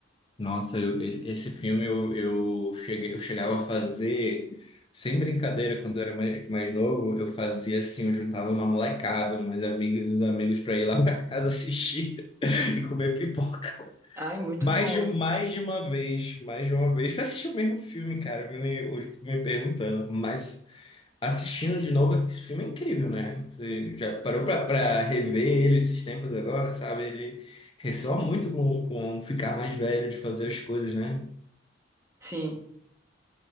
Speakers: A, on the left; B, on the right.
A: Nossa, eu- e- esse filme eu, eu cheguei, eu chegava a fazer, sem brincadeira, quando eu era mais, mais novo, eu fazia assim, eu juntava uma molecada, umas amigas e uns amigos pra ir lá pra casa assistir <laughs> e comer pipoca.
B: Ai, muito
A: Mais
B: bom.
A: de, mais de uma vez, mais de uma vez, pra assistir o mesmo filme, cara, me, hoje eu fico me perguntando, mas Assistindo de novo, esse filme é incrível, né? Você já parou pra, pra rever ele esses tempos agora, sabe? Ele ressoa muito com, com ficar mais velho, de fazer as coisas, né?
B: Sim,